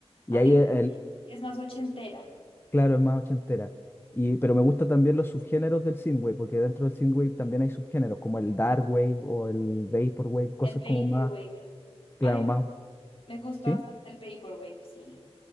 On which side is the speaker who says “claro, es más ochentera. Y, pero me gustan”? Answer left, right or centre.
Left